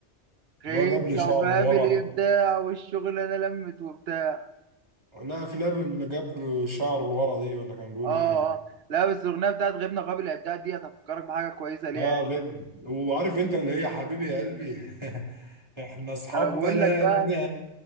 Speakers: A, on the right (about 65°); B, on the right (about 25°).
A: غيب
B: اللي هو جاب لي
A: لو
B: شعر
A: غاب
B: لورا
A: الابداع والشغل انا لمت وبتاع
B: لا في لاب اللي جاب له شعر لورا دي ولا كان بيقول
A: اه
B: ايه
A: اه لا بس الاغنيه بتاعت غبنا وغاب الابداع دي هتفكرك بحاجه كويسه ليها
B: اه
A: يعني
B: غير وعارف انت اللي هي حبيبي يا قلبي <laughs> احنا اصحاب
A: انا بقول
B: بلدنا
A: لك بقى